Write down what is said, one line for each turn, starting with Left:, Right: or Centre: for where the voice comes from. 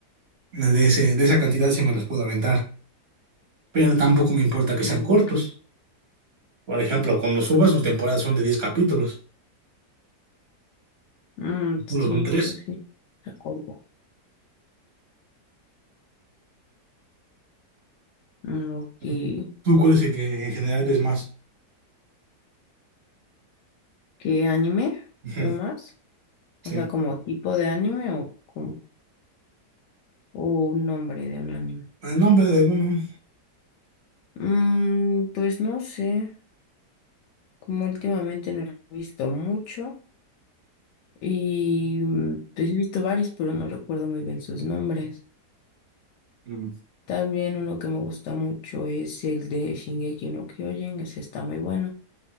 Right: de ese, de esa cantidad sí me los puedo aventar. Pero tampoco me importa que
Left: Mm,
Right: sean cortos.
Left: ok.
Right: Por ejemplo, con los Subas sus temporadas son de 10 capítulos,
Left: Mm,
Right: solo
Left: sí,
Right: son tres.
Left: eso sí. De acuerdo. Mm, ok.
Right: Ujú. ¿Tú cuál es el que en general ves más?
Left: ¿Qué anime?
Right: Ujú,
Left: ¿Lo más?
Right: Sí.
Left: O sea, como tipo de anime o, como- o un nombre de un anime.
Right: El nombre de alguno.
Left: Mm, pues no sé. Como últimamente no he visto mucho y mm, pues he visto varios, pero no recuerdo muy bien sus nombres.
Right: Mm,
Left: También uno que me gusta mucho es el de Shingeki no Kyojin, ese está muy bueno.